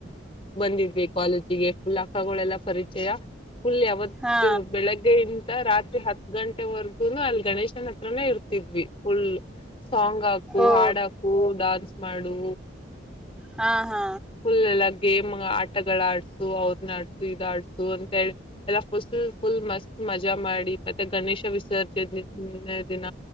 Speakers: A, on the left (about 30°); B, in the centre.
A: ಬಂದಿದ್ವಿ ಕಾಲೇಜಿಗೆ ಫುಲ್ ಅಕ್ಕಗಳೆಲ್ಲ ಪರಿಚಯ ಫುಲ್ ಯಾವತ್ತು
B: ಹಾ
A: ಬೆಳಗ್ಗೆಯಂತ ರಾತ್ರಿ ಹತ್ತು ಗಂಟೆವರೆಗುನು ಅಲ್ಲಿ ಗಣೇಶನ ಹತ್ರನೇ ಇರ್ತಿದ್ವಿ ಫುಲ್ <inaudible> ಸಾಂಗ್ ಹಾಕು
B: ಓ
A: ಹಾಡು ಹಾಕು ಡಾನ್ಸ್ ಮಾಡು
B: ಹಾ ಹಾ
A: ುಲ್ಲ ಗೇಮ್ ಆಟಗಳ ಆಡ್ಸು ಅವ್ರ ಆಡ್ಸು ಇದ ಆಡ್ಸು ಅಂತಿ ಎಲ್ಲ ಫುಲ್ ಫುಲ್ ಮಸ್ತ್ ಮಜಾ ಮಾಡಿ ಮತ್ತೆ ಗಣೇಶ ವಿಸರ್ಜನೆ ದಿನ